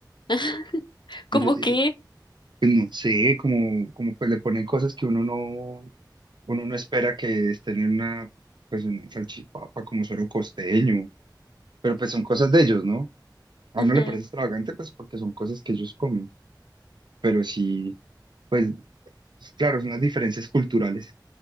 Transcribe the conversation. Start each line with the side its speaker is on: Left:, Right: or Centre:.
Left: <laughs> Como
Right: Ellos, eh,
Left: que...
Right: pues no sé, como, como pues le ponen cosas que uno no, uno no espera que estén en una, pues en una salchipapa como suero costeño, pero pues son cosas de ellos, ¿no? A
Left: ujú,
Right: uno le parece extravagante pues porque son cosas que ellos comen, pero sí, pues claro, son las diferencias culturales